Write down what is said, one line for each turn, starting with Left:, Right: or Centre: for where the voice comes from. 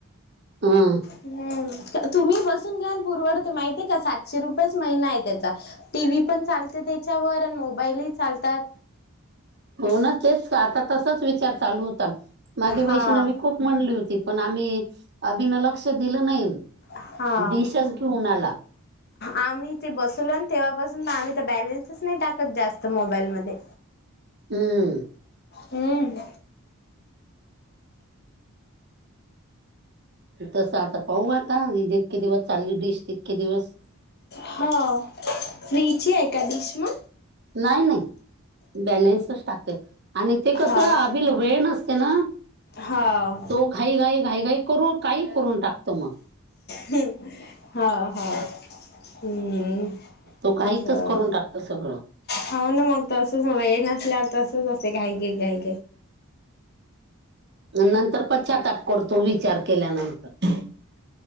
Right: हं.
Left: हम् तुम्ही बसून घ्याल बुरवडत माहितीय का सातशे रुपयेच महिना आहे त्याचा टी व्ही पण चालते त्याच्यावर आणि मोबाईल पण चालतात.
Right: हो ना तेच आता तसाच विचार चालू होता मागे
Left: हा
Right: वैष्णवी खूप म्हणली होती पण आम्ही अभिन लक्ष दिलं नाही.
Left: हा
Right: डिशच घेऊन आला.
Left: आम्ही ते बसवलो आहे न तेव्हापासून आम्ही त बॅलेन्सच नाही टाकत जास्त मोबाईलमध्ये.
Right: हमं
Left: हम्म
Right: तसं आता पाहू आता जितके दिवस चालली डिश तितके दिवस
Left: हा फ्रीची एका डिश म
Right: नाही नाही बॅलेन्सच टाकते आणि ते कसं
Left: हाव
Right: अबिल
Left: का
Right: वेळ नसते ना
Left: हाव
Right: तो घाई घाई घाई घाई करून काही करून टाकतो मग
Left: हम्म हाव हाव हम्म
Right: तो काहीतच
Left: बर
Right: करून टाकतो सगळं.
Left: हाव न मग तसच वेळ नसल्या वर तसंच असते घाईघाई.
Right: नंतर पश्चाताप करतो विचार केल्यानंतर.